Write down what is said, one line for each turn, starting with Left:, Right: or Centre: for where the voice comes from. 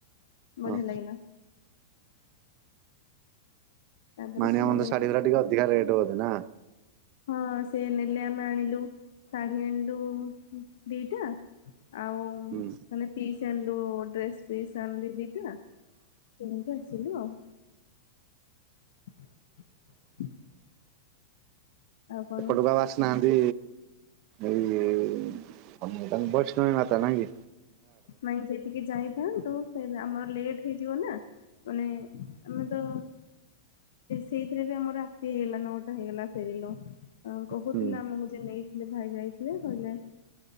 Left: ବଢିଆ
Right: ଓ।
Left: ଲାଗିଲା ତାପରେ
Right: ମାଣୀଆ
Left: କିଣା
Right: ବନ୍ଧ
Left: କିିଣି
Right: ଶାଢୀ
Left: କରି
Right: ଗୁଡ଼ାକ ଟିକେ ଅଧିକା ରେଟ୍ ବୋଧେ ନା
Left: ହଁ ସେ ନେଲେ ଆମେ ଆଣିଲୁ ଶାଢୀ ଆଣିଲୁ ଦିଟା ଆଉ ମାନେ
Right: ହୁଁ
Left: ପିସ୍ ଆଣିଲୁ ଡ୍ରେସ୍ ପିସ୍ ଆଣିଲି ଦିଟା ଏମ୍ତି ଆସିଲୁ ଆଉ <inaudible> ଆଉ କଣ
Right: ଏପଟକୁ ଆଉ ଆସିନାହାନ୍ତି। ଏଇ <unintelligible> ବୈଷ୍ଣବୀ ମାତା ନାଇକୀ।
Left: ନାଇଁ ସେଠିକି ଯାଇଥାନ୍ତୁ, ଆମର ଲେଟ ହେଇଯିବ ନା ମାନେ ଆମେ ତ ସେଇଥିରେ ବି ଆମ ରାତି ହେଇଗଲା, ନଅଟା ହେଇଗଲା ଫେରିଲୁ କହୁଥିଲା
Right: ହୁଁ
Left: ଆମକୁ ଯେ ନେଇଥିଲେ ଭାଇ ଯାଇଥିଲେ କହିଲେ